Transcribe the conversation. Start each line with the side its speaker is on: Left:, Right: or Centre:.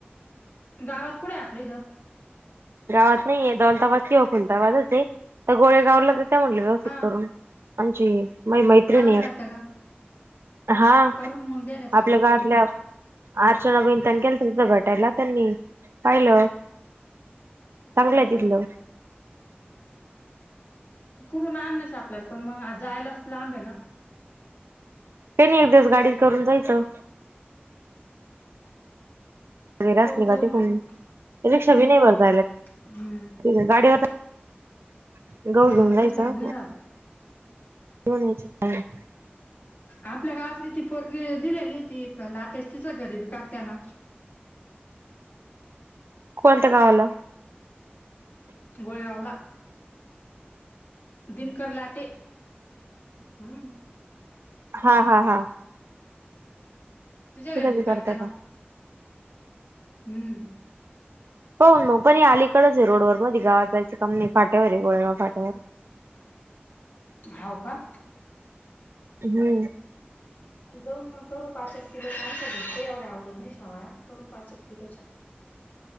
Left: गावात कुठेय आपल्या इथं?
Right: गावात नाहीये दौलताबाज किंवा फुलताबाजच आहे, तर गोळे गावला देते म्हटलं व्यवस्थित
Left: हा
Right: करून. आमचे हे. मह्या मैत्रिणी
Left: चांगले
Right: आहेत,
Left: करता का
Right: हा
Left: करून मग द्यायला चांगले
Right: आपल्या गावातल्या
Left: करून तर
Right: अर्चना वहिनी त्यांनी केलं तिथं, भेटायला त्यांनी पाहिलं. चांगलंय
Left: हो
Right: तिथलं.
Left: का कुठून आणण्याच आपल्याला पण, मग जायलाच लांब आहे ना.
Right: काही नाही एक दिवस गाडी करून जायचं. वगैरे
Left: पाहू
Right: असले
Left: जाऊन
Right: का ते
Left: मग
Right: कोण, रिक्षा बी नाही बर जायला.
Left: हम्म.
Right: ठीक आहे. गाडीवर गहु
Left: हो
Right: घेऊन जायचा.
Left: रिक्षात नाही राहत
Right: काय <unintelligible>
Left: आपल्या गावातली ती पोरगी दिलेली ती लाटेची ति घरीबी करत्यांना
Right: कोणत्या गावाला?
Left: गोळेगावला. दिनकर लाटे हम.
Right: हा, हा, हा.
Left: तुझ्या
Right: तिथं
Left: घरी बी काढत्यात
Right: करता
Left: ना.
Right: का
Left: हम्म.
Right: होय, पण अलीकडच आहे, रोडवर मधी गावात जायाच, काम नाही, आहे गोळेगाव फाट्यावर. <unintelligible>
Left: हाव का.
Right: हम्म.
Left: जाऊन मग करू पाच एक किलो, छान ते एवढ्या आवडत नाही शेवया करू पाच एक किलोच्या.